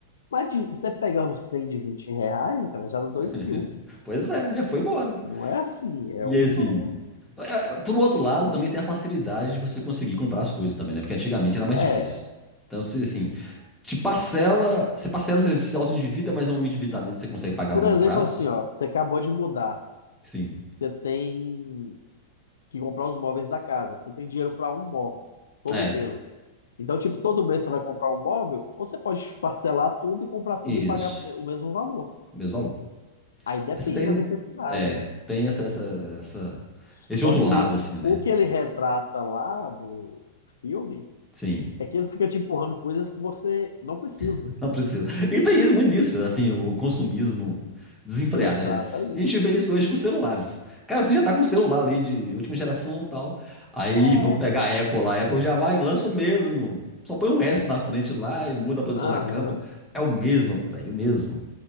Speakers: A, on the left (about 80°); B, in the centre.
A: Mas de, você pegar um 100 de 20 reais, cara, já dá 2
B: <laughs>
A: mil.
B: pois é, já foi embora.
A: Não é assim, é
B: E
A: um
B: aí, assim,
A: por um.
B: é, é, por outro lado, também tem a facilidade de você conseguir comprar as coisas também, né? Porque antigamente era mais
A: É,
B: difícil. Então, se assim, te parcela, você parcela, você se auto-endivida, mas é um endividamento que você consegue pagar
A: por
B: a longo
A: exemplo,
B: prazo.
A: assim, ó, você acabou de mudar.
B: Sim.
A: você tem que comprar os móveis da casa. Você tem dinheiro para um móvel todo
B: É,
A: mês. Então, tipo, todo mês você vai comprar um móvel, ou você pode parcelar tudo e comprar tudo
B: isso.
A: e pagar me- o mesmo valor.
B: Mesmo valor.
A: Aí depende
B: Você tem,
A: da necessidade,
B: é,
A: né?
B: tem essa, essa, essa-
A: Só
B: esse outro
A: que
B: lado,
A: o
B: assim, né?
A: o que ele retrata lá no filme
B: Sim,
A: é que ele fica te empurrando coisas que você não precisa.
B: <laughs> não precisa. E tem isso, muito isso, assim, o consumismo desenfreado,
A: Exatamente.
B: né? Se a gente vê isso hoje com celulares. Cara, você já tá com um celular ali de última geração e tal. Aí,
A: É.
B: vamos pegar a Apple lá. A Apple já vai, e lança o mesmo. Só põe um S na frente lá e muda a posição
A: Aham.
B: da câmera. É o mesmo, velho, o mesmo.